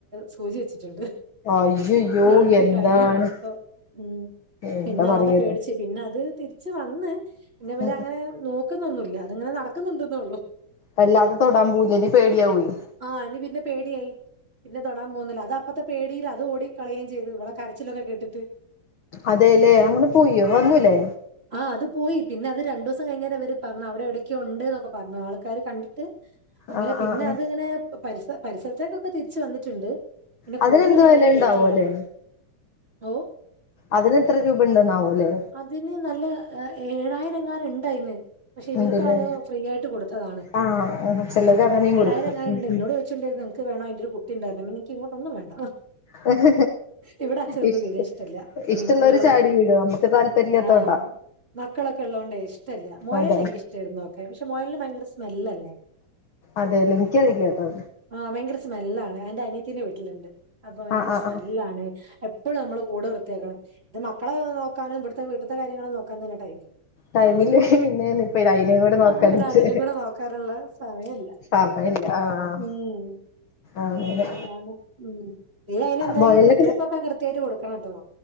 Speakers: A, on the right; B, on the left.
A: സൂചി വെച്ചിട്ടുണ്ട്
B: അയ്യയ്യോ
A: രണ്ട്
B: എന്താണ്
A: കൈ മൊത്തം ഉം
B: എന്താ
A: പിന്നെ
B: പറയത്
A: ആകെ പേടിച്ച് പിന്നെ അത് തിരി തിരി ച്ച് വന്ന് പിന്നെ വരെ
B: ഉം
A: അങ്ങനെ നോക്കുന്നൊന്നുമില്ല അത്ങ്ങനെ നടക്കുന്നുണ്ടെന്നോള്ളു
B: വല്ലാതെ തൊടാൻ പോവുല നി പേടിയാവും
A: ആഹ് ഇനി പിന്നെ പേടിയായി പിന്നെ തൊടാൻ പോകുന്നില്ല അത് അപ്പത്തെ പേടിയിൽ അത് ഓടി കളയയും ചെയ്ത് ഇവളെ കരച്ചിലൊക്കകേട്ടിട്ട്
B: അതെലെ അങ്ങനെ പോയോ വന്നൂലെ
A: ആഹ് അത് പോയി പിന്നെ അത് രണ്ട് ദിവസം കഴിഞ്ഞു അവര് പറഞ്ഞു അവിടെ എവിടൊക്കെ ഉണ്ട് എന്നൊക്കെ പറഞ്ഞു ആൾക്കാര് കണ്ട് റ്റ്അങ്ങനെ
B: ആ
A: പിന്നെ
B: ആ ആ
A: അത്ങ്ങനെ പരിസ പരിസരത്തേക്കൊക്കെ തിരിച്ച് വന്നിട്ടുണ്ട് പിന്നെ
B: അതിനെന്ത്
A: കൂട്ടിലൊന്നും
B: വില
A: ഇവരെ
B: ഉണ്ടാവോല്ലേ
A: കേട്ടിയില്ല ഓ
B: അതിനെത്ര രൂപ ഉണ്ടന്നാവോല്ലേ
A: അതിന് നല്ല ഏഴായിരം ങ്ങാനുംണ്ട് അതിമേൽ പക്ഷെ ഇവർക്ക്
B: ഉണ്ടല്ലേ
A: ആരോ ഫ്രീ ആയിട്ട് കൊടുത്തതാണ്
B: ആ ചിലത്
A: ആ
B: അങ്ങനെയും
A: ഏഴായിരം
B: കൊടുക്കും
A: എങ്ങാനുണ്ട്
B: ഉം
A: ന്നോട്
B: ഉം
A: ചോയിച്ചിച്ചണ്ടായിരുന്നു ക്ക് വേണം അതിന്റെ ഒരു കുട്ടി ഉണ്ടാക്കൽ നിക്ക് ങ്ങോട്ട് ഒന്നും വേണ്ട
B: ഹഹ
A: ഇവിടെ അച്ഛനൊന്നും
B: ഇഷ്
A: തീരെ
B: ട്ട
A: ഇഷ്ടമല്ല ഉം
B: ഇഷ്ട്ടൊള്ളോരു
A: പിള്ളേര്
B: ചാടി വീഴു നമ്മക്ക് താൽ <unintelligible>
A: ആ
B: തോട്ടാ.
A: മക്കളൊക്കെ ള്ളോണ്ടേയ് ഇഷ്ട്ടല്ല മോയൽനെ
B: അതാണ്
A: ഇൻക്ക് ഇഷ്ട്ടെര്ന്നു നോക്കാൻ പക്ഷെ മോയൽന് ഭയങ്കര സ്മെല്ലല്ലേ.
B: അതേലെ എൻക്കേ റിയില്ലാട്ടോ.
A: ആഹ് ഭയങ്കര സ്മെല്ലാണ് എന്റെ അനിയത്തിന്റെ വീട്ടില്ണ്ട് അപ്പൊ ഭയങ്കര
B: ആഹ് ആഹ്
A: സ്മെല്ലാണ്.
B: ആഹ്
A: എപ്പളും നമ്മള് കൂട് വൃത്തിയാക്കണം, ഇത് മക്കളെ നോക്കാനും ഇവ്ടുത്തെ വീട്ട്ത്തെ കാര്യങ്ങള് നോക്കാം തന്നെ ടൈമില്ല.
B: ടൈമില്ലെ പിന്നെ ഇപ്പ അയ്നേം കൂടെ നോക്കാൻ
A: അപ്പൊ പിന്നെ
B: വച്ചു.
A: അതിനും കൂടെ നോക്കാനുള്ള സമയമില്ല
B: ആന്നാ ഇല്ലാ ആഹ്.
A: ഉം
B: അങ്ങനെ
A: അങ്ങനെയാണ്, ഉം നീ അയിന് എന്തായാലും
B: മുയലിനൊക്കെ
A: കുത്തിയപ്പൊക്കെ കൃത്യായിട്ട് കൊടുക്കണംട്ടോ.